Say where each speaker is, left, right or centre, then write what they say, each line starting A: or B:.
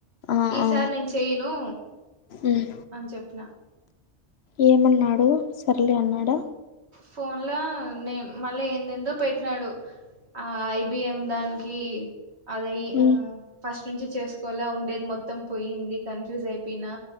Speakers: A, on the left; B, on the right.
A: ఆ
B: ఈసారి
A: ఆ
B: నేను చెయ్యను
A: ఉమ్
B: అని చెప్పిన
A: ఏమన్నాడు సర్లే అన్నాడా
B: ఫోన్ లో నే మళ్ళీ ఏందేందో పెట్టినాడు ఆ ఐబిఎం దానికి అదయ్
A: ఉమ్
B: ఆ ఫస్ట్ నుంచి చేసుకోవాల ఉండేది మొత్తం పోయింది కన్ఫ్యూజ్ అయిపోయినా